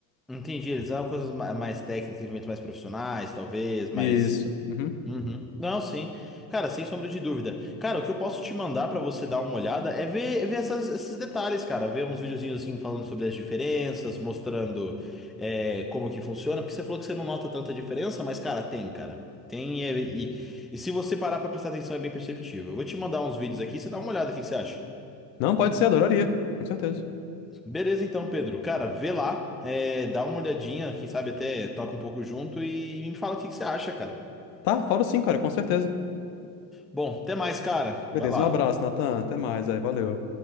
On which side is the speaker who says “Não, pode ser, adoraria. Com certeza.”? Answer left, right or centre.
Left